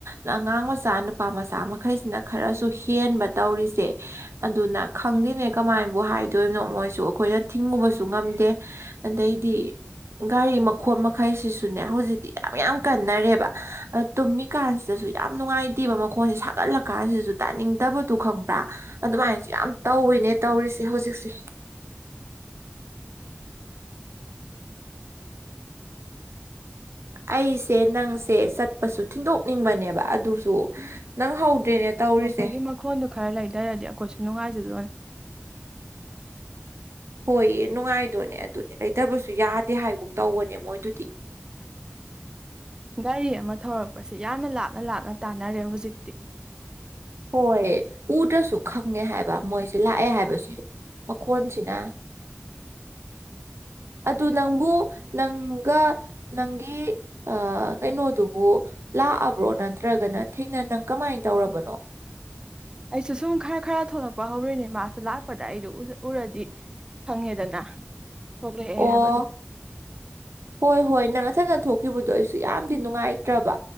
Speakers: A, on the right; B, on the right.
A: ꯑꯉꯥꯡ ꯃꯆꯥ ꯅꯨꯄꯥ ꯃꯆꯥ ꯃꯈꯩꯁꯤꯅ ꯈꯔꯁꯨ ꯍꯦꯟꯕ ꯇꯧꯔꯤꯁꯦ ꯑꯗꯨꯅ ꯈꯪꯗꯦꯅꯦ ꯀꯃꯥꯏꯅꯕꯨ ꯍꯥꯏꯗꯣꯏꯕꯅꯣ ꯃꯣꯏꯁꯨ ꯑꯩꯈꯣꯏꯅ ꯊꯤꯡꯉꯨꯕꯁꯨ ꯉꯝꯗꯦ ꯑꯗꯩꯗꯤ ꯒꯥꯔꯤ ꯃꯥ ꯃꯈꯣ ꯃꯈꯩꯁꯤꯁꯨꯅꯦ ꯍꯧꯖꯤꯛꯇꯤ ꯌꯥꯝ ꯌꯥꯝ ꯀꯟꯅꯔꯦꯕ ꯇꯨꯝꯃꯤꯀꯥꯟꯁꯤꯗꯁꯨ ꯌꯥꯝ ꯅꯨꯡꯉꯥꯏꯇꯦꯕ ꯃꯈꯣꯟꯁꯦ ꯁꯥꯒꯠꯂꯀꯥꯟꯁꯤꯗꯁꯨ ꯇꯥꯅꯤꯡꯗꯕꯗꯨ ꯈꯪꯕ꯭ꯔꯥ ꯑꯗꯨꯃꯥꯏꯅꯁꯨ ꯌꯥꯝ ꯇꯧꯋꯤꯅꯦ ꯇꯧꯔꯤꯁꯦ ꯍꯧꯖꯤꯛꯁꯦ ꯑꯩꯁꯦ ꯅꯪꯁꯦ ꯆꯠꯄꯁꯨ ꯊꯤꯟꯗꯣꯛꯅꯤꯡꯕꯅꯦꯕ ꯑꯗꯨꯁꯨ ꯅꯪ ꯍꯧ ꯗ꯭ꯔꯦꯅꯦ ꯇꯧꯔꯤꯁꯦ
B: ꯃꯈꯣꯏꯒꯤ ꯃꯈꯣꯟꯗꯣ ꯈꯔ ꯂꯩꯗꯔꯥꯗꯤ ꯑꯩꯈꯣꯏꯁꯨ ꯅꯨꯡꯉꯥꯏꯖꯗꯣꯅꯤ
A: ꯍꯣꯏꯌꯦ ꯅꯨꯡꯉꯥꯏꯗꯣꯏꯅꯦ ꯑꯗꯨꯅꯦ ꯂꯩꯇꯕꯁꯨ ꯌꯥꯗꯦ ꯍꯥꯏꯒꯨꯝ ꯇꯧꯕꯅꯦ ꯃꯣꯏꯗꯨꯗꯤ
B: ꯒꯥꯔꯤ ꯑꯃ ꯊꯧꯔꯛꯄꯁꯤ ꯌꯥꯝꯅ ꯂꯥꯞꯅ ꯂꯥꯞꯅ ꯇꯥꯟꯅꯔꯦ ꯍꯧꯖꯤꯛꯇꯤ
A: ꯍꯣꯏ ꯎꯗ꯭ꯔꯁꯨ ꯈꯪꯉꯦ ꯍꯥꯏꯕ ꯃꯣꯏꯁꯦ ꯂꯥꯛꯑꯦ ꯍꯥꯏꯕꯁꯦ ꯃꯈꯣꯟꯁꯤꯅ ꯑꯗꯨ ꯅꯪꯕꯨ ꯅꯪꯒ ꯅꯪꯒꯤ ꯀꯩꯅꯣꯗꯨꯕꯨ ꯂꯥꯛꯑꯕ꯭ꯔꯣ ꯅꯠꯇ꯭ꯔꯒꯅ ꯊꯦꯡꯅ ꯅꯪ ꯀꯃꯥꯏꯅ ꯇꯧꯔꯕꯅꯣ
B: ꯑꯩꯁꯨ ꯁꯨꯝ ꯈꯔ ꯈꯔ ꯊꯣꯛꯂꯛꯄ ꯍꯧꯔꯣꯏꯅꯦ ꯃꯥꯁꯨ ꯂꯥꯛꯄꯗ ꯑꯩꯗ ꯎꯖꯥ ꯎꯔꯗꯤ ꯈꯪꯉꯦꯗꯅ ꯊꯣꯛꯂꯛꯑꯦ
A: ꯑꯣ
B: ꯍꯥꯏꯕꯗꯣ
A: ꯍꯣꯏ ꯍꯣꯏ ꯅꯪ ꯅꯊꯅ ꯊꯣꯛ ꯊꯣꯛꯈꯤꯕꯗꯣ ꯑꯩꯁꯨ ꯌꯥꯝꯗꯤ ꯅꯨꯡꯉꯥꯏꯇ꯭ꯔꯕ